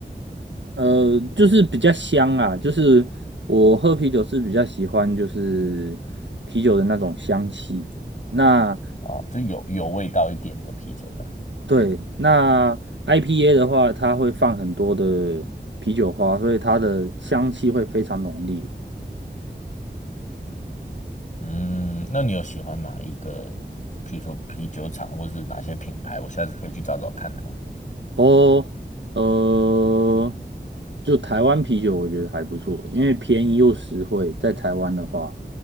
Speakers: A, on the right (about 80°); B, on the left (about 40°).
A: 呃，就是比较香啊，就是我喝啤酒是比较喜欢就是啤酒的那种香气。那
B: <laughs> 啊，就有有味道一点的啤酒的。
A: 对，那 IPA 的话，它会放很多的啤酒花，所以它的香气会非常浓烈。
B: 嗯，那你有喜欢哪一个，比如说啤酒厂，或是哪些品牌？我下次可以去找找看的吗？
A: 哦，呃，就台湾啤酒，我觉得还不错，因为便宜又实惠。在台湾的话，